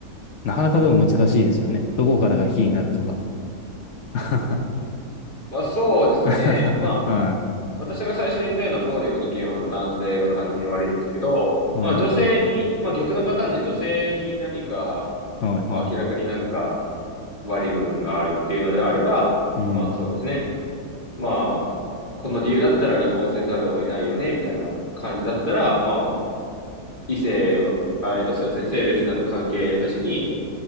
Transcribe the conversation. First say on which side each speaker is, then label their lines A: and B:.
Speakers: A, on the left; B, on the left.
A: なかなかでも難しいですよね。どこからが非になるとか。<laughs>
B: まあ、そうですね。
A: は
B: まあ、私が最初に言ったような暴力の件は、まあ、男性が完全に悪いですけど、
A: い。
B: まあ、
A: は
B: 女性に、まあ、逆のパターンで女性に何か、
A: い。はい。はい。
B: まあ、明らかになんか悪い部分があるっていうのであれば、
A: うん。
B: まあ、そうですね。まあ、この理由だったら離婚せざるを得ないよね、みたいな感じだったら、まあ、異性は、あえっと、そうですね。性別など関係なしに、